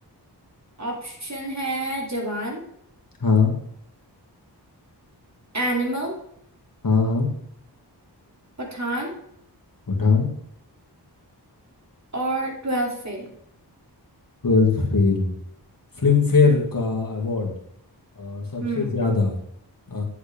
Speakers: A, on the right (about 40°); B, on the left (about 55°).
A: ऑप्शन है जवान
B: हाँ
A: एनिमल
B: हाँ हाँ
A: पठान
B: उठान
A: और ट्वेल्थ फेल
B: Twelfth fail फिल्म फेयर का अवार्ड सबसे
A: हम्म
B: ज़्यादा अ,